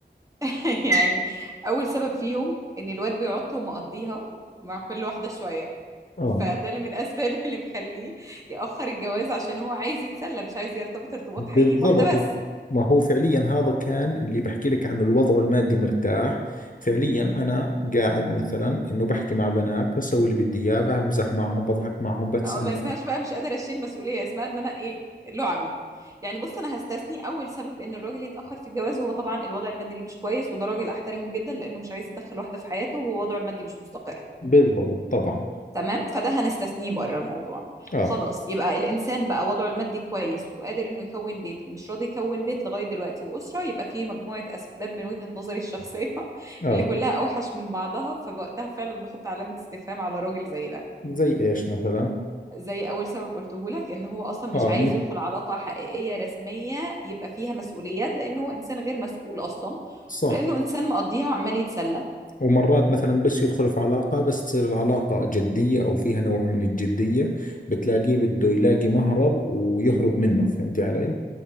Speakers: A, on the right; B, on the left.
A: <laughs> يعني اول سبب فيهم ان الواد بيعط ومقضيها مع كل واحده شويه
B: اه
A: فده اللي من اسباب <laughs> اللي مخليه ياخر الجواز عشان هو عايز يتسلى مش عايز يرتبط ارتباط
B: بالضبط
A: حقيقي بواحده بس
B: ما هو فعليا هذا كان اللي بحكي لك عنه الوضع المادي مرتاح فعليا انا قاعد مثلا انه بحكي مع بنات بسوي اللي بدي اياه بمزح معهم بضحك معهم بتسلى
A: أو ما اسمهاش بقى مش قادره اشيل مسؤوليه اسمها ان انا ايه لعبي يعني بص انا هستثني اول سبب ان الراجل يتاخر في الجواز هو طبعا الوضع المادي اللي مش كويس وده راجل احترمه جدا لانه مش عايز يدخل واحده في حياته وهو وضعه المادي مش مستقر
B: بالضبط طبعا
A: تمام فده هنستثنيه بره الموضوع
B: اه
A: خلاص يبقى الانسان بقى وضعه المادي كويس وقادر انه يكون بيت ومش راضي يكون بيت لغايه دلوقتي واسره يبقى في مجموعه اسباب من وجهه نظري الشخصيه <laughs>
B: اه
A: اللي كلها اوحش من بعضها فوقتها فعلا بحط علامه استفهام على راجل زي ده
B: زي ايش مثلا
A: زي اول سبب قلته لك ان هو اصلا مش
B: اه
A: عايز
B: مت-
A: يدخل علاقه حقيقيه رسميه يبقى فيها مسؤوليات لان هو انسان غير مسؤول اصلا
B: صح
A: ولانه انسان مقضيها وعمال يتسلى
B: ومرات مثلا بس يدخل في علاقة بس تصير العلاقة جدية او فيها نوع من الجدية بتلاقيه بده يلاقي مهرب ويهرب منه فهمتي علي؟